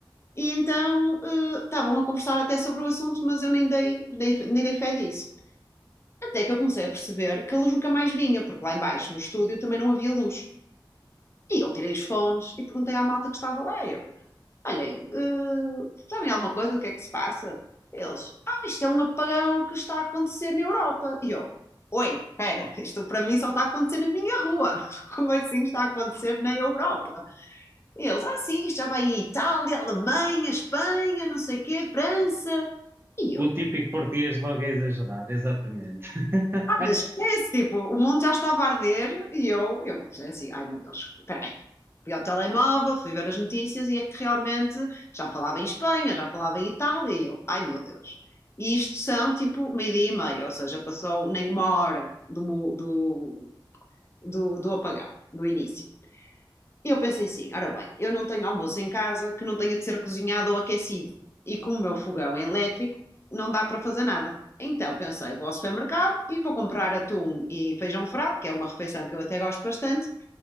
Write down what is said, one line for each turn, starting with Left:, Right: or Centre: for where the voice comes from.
Left: E então, eh, estavam a conversar até sobre o assunto, mas eu nem dei, dei- nem dei fé disso. Até que eu comecei a perceber que a luz nunca mais vinha, porque lá embaixo no estúdio também não havia luz. E eu tirei os fones e perguntei à malta que estava lá. Eu, Olhem, eh, sabem alguma coisa do que é que se passa? Eles, ah, isto é um apagão que está a acontecer na Europa. E eu, oi, espera, <laughs> isto para mim só está a acontecer na minha rua. <laughs> Como assim está a acontecer na Europa? E eles, ah, sim, isto já vai em Itália, Alemanha, Espanha, não sei o quê, França. E eu,
Right: O típico português logo a exagerar, exatamente. <laughs>
Left: esquece, tipo, o mundo já estava a arder e eu, eu pensei assim, ai meu Deus, espera aí. Fui ao telemóvel, fui ver as notícias e é que realmente já falava em Espanha, já falava em Itália e eu, ai meu Deus. E isto são tipo meio-dia e meia, ou seja, passou nem uma hora do, mu- do, do, do apagão, do início. E eu pensei assim: ora bem, eu não tenho almoço em casa que não tenha de ser cozinhado ou aquecido. E como o meu fogão é elétrico, não dá para fazer nada. Então pensei: vou ao supermercado e vou comprar atum e feijão frado, que é uma refeição que eu até gosto bastante,